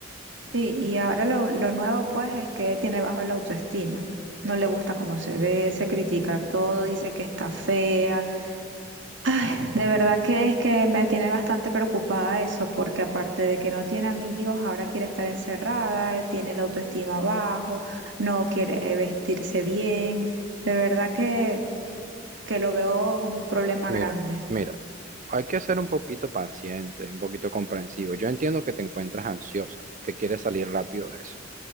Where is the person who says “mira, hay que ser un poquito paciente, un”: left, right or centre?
Right